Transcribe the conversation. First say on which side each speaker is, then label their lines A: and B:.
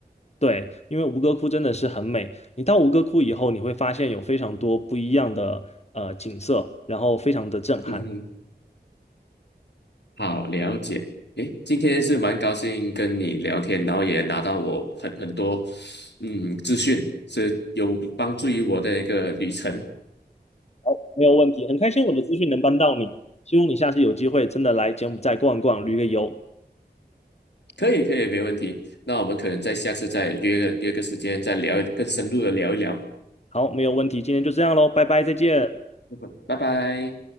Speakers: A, on the left; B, on the left.
A: 对，因为吴哥窟真的是很美。你到吴哥窟以后，你会发现有非常多不一样的呃景色，然后非常的震撼。
B: <laughs> 嗯，好，了解。诶，今天是蛮高兴跟你聊天，然后也拿到我很很多嗯资讯，是有帮助于我的一个旅程。
A: 好，没有问题，很开心我的资讯能帮到你，希望你下次有机会真的来柬埔寨逛一逛，旅个游。
B: 可以，可以，没问题。那我们可能在下次再约个约个时间再聊，更深入的聊一聊。
A: 好，没有问题，今天就这样喽，拜拜，再见。
B: 嗯拜拜。